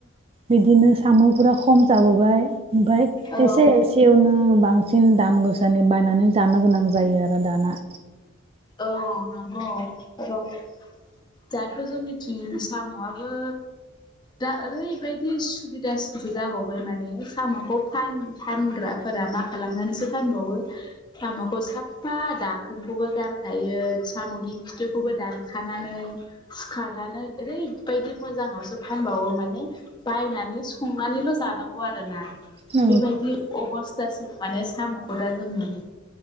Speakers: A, on the right (about 30°); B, on the left (about 20°).
A: बिदिनो साम'फोरा खम जाबोबाय ओमफाय
B: औ
A: एसे ए सेनो बांसिन दाम गोसानि बायनानै जानो गोनां जायो आरो दाना
B: औ नंगौ <unintelligible> दाथ' जोंनिथिं साम'आबो दा ओरैबायदि सुबिदासिनसो जाबावबाय माने साम'खौ फान फानग्रा फोर मा खालामनानैसो फानबावो साम'खौ साफा दाखोनखौबो गार खायो साम'नि खिथिुखौबो दानखानानै सुखानानै ओरै बायदि मोजाङावसो फानबावो माने बायनानै संनानैल' जानांगौ आरोना
A: औ
B: बेबायदि अबस थासि माने सामखौ दा जों मोनो